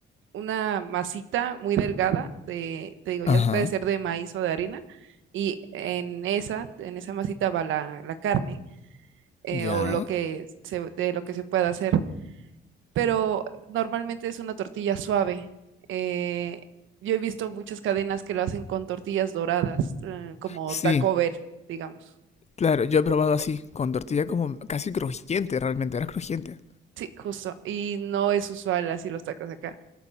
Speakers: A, on the right (about 80°); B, on the left (about 35°).
A: una masita muy delgada de, te digo, ya
B: Ajá,
A: puede ser de maíz o de harina, y en esa, en esa masita va la, la carne, eh,
B: ya.
A: o lo que se, de lo que se pueda hacer pero normalmente es una tortilla suave. Eh, yo he visto muchas cadenas que lo hacen con tortillas doradas, eh, como
B: Sí,
A: Taco Bell, digamos.
B: claro, yo he probado así, con tortilla como casi crujiente, realmente era crujiente.
A: Sí, justo. Y no es usual así los tacos acá.